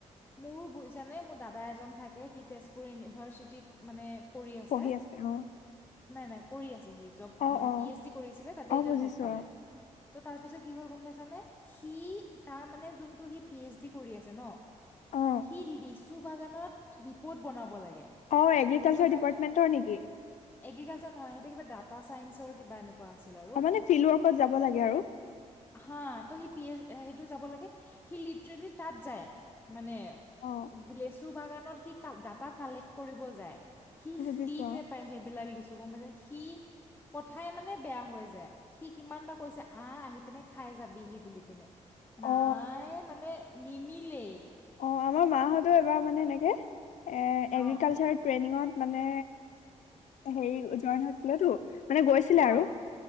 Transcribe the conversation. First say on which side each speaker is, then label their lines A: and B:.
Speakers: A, on the left; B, on the left.
A: মোৰ বুজিচানে মোৰ দাদা এজন থাকে সি তেজপুৰ ইউনিভাৰচিটিত মানে কৰি আছে
B: পঢ়ি অ
A: নাই নাই কৰি আছে সি জব
B: অ
A: মানে
B: অ
A: পি এইচ ডি কৰিছিলে তাতে
B: অ
A: এতিয়া
B: বুজিছো
A: জব পালে ত' তাৰপিছত কি হ'ল গম পাইছানে সি তাৰ মানে যোনটো সি পি এইচ ডি কৰি আছে ন
B: অ অ
A: সি লিছ চু বাগানত ৰিপ'ৰ্ট বনাব লাগে
B: অ এগ্ৰিকালচাৰ
A: গম পাইছানে
B: ডিপাৰ্টমেন্টৰ নেকি
A: এগ্ৰিকালচাৰ নহয় সেইটো কিবা ডাটা ছাইন্সৰ কিবা এনেকুৱা আছিল আৰু
B: অ মানে ফিল্ড ৱৰ্কত যাব লাগে আৰু
A: হাঁ তো সি পি এইচ সেইটো যাব লাগে সি লিটাৰেলি তাত যায় মানে
B: অ
A: লেচু বাগানত সি কা ডাটা কালেক্ট কৰিব যায় সি
B: বুজিছো
A: ফ্ৰীতে পায় সেইবিলাক লিচু গম পাইছা সি পথাই মানে বেয়া হৈ যায় সি কিমান বাৰ কৈছে আহ আহি পিনে খাই যাবি সি বুলি পিনে নাই
B: অ
A: মানে নিমিলেই
B: অহ আমাৰ মাহঁতও এবাৰ মানে এনেকে এ এগ্ৰিকালচাৰ
A: অঁ
B: ট্ৰেইনিঙত মানে হেৰি জইন হৈছিলেটো মানে গৈছিলে‌ আৰু
A: অঁ